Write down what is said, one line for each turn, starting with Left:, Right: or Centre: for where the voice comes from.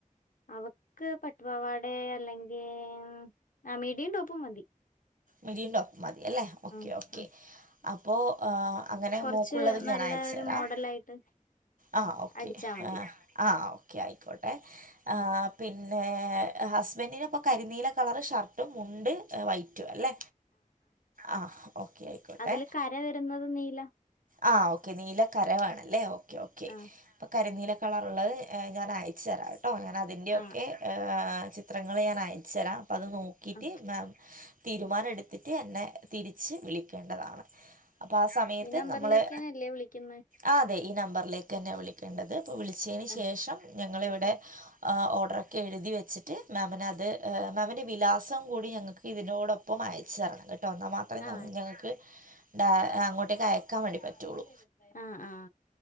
Left: അവക്ക് പട്ടുപവാടെ അല്ലെങ്കിൽ ഉമ് ആ മീടീം ടോപ്പും മതി
Right: മിടീം ടോപ്പും മതി അല്ലേ ഓക്കേ
Left: ഉം
Right: ഓക്കേ
Left: ഉം
Right: അപ്പോ ആ അങ്ങനെ
Left: കുറച്ച്
Right: മോക്കുള്ളതും
Left: നല്ല
Right: ഞാൻ അയച്ചു
Left: ഒരു
Right: തരാം
Left: മോഡലായിട്ട്
Right: ആ ഓക്കെ
Left: അടിച്ചാ മതി
Right: ആ ആ ഓക്കെ ആയിക്കോട്ടെ ആ
Left: ഉം.
Right: പിന് പിന്നെ ഹസ്ബന്റിനപ്പ കരിനീല കളർ ഷർട്ടും മുണ്ട് വൈ റ്റും അല്ലേ ആ ഓക്കേ ആയിക്കോട്ടെ
Left: അതില് കര വരുന്നത് നീല
Right: ആ ഓക്കെ നീലക്കരവേണല്ലേ ഓക്കേ ഓക്കെ
Left: ആ
Right: കര നീലക് കളറ്ള്ളത് ഞാൻ അയച്ചു തരാം ട്ടോ ഞാൻ അതിൻ്റെയൊക്കെ
Left: ആ
Right: ഹ് ചിത്രങ്ങള് ഞാൻ അയച്ചരാം അത് നോക്കിറ്റ്
Left: ആ
Right: മാം തീരുമാനെട്ത്തിറ്റ് എന്നെ തിരിച്ച് വിളിക്കേണ്ടതാണ് അപ്പൊ ആ സമയത്ത്
Left: ഈ നമ്പറിലേക്കാണല്ലേ
Right: നമ്മള്
Left: വിളിക്കുന്നത്
Right: ആ അതെ ഈ നമ്പറിലേക്ക് തന്നെ വിളിക്കേണ്ടത് അപ്പ വിളിച്ചതിന്
Left: ആ
Right: ശേഷം ഞങ്ങളിവിടെ
Left: ഉം
Right: ഓഡരൊക്കെ എഴുതി വെച്ച ച്ചിട്ട് മാമിനത്എ മാമിന്റെ വിലാസം കൂടിങ്ങങ്ങക്ക് ഇതി നൊടൊപ്പം അയച്ച് തരണം കെട്ടോ ട്ടൊ ന്നാൽ മാത്രേ
Left: ആ
Right: ഞങ്ങക്ക് ഡ
Left: നാളെ
Right: അങ്ങോട്ടേക്ക്
Left: അവന്റെ ക-
Right: അയക്കാൻ വേണ്ടി
Left: ആ
Right: പറ്റൊള്ളൂ
Left: അതിന് വരുന്നുണ്ടായിരുന്നു. ആ ആ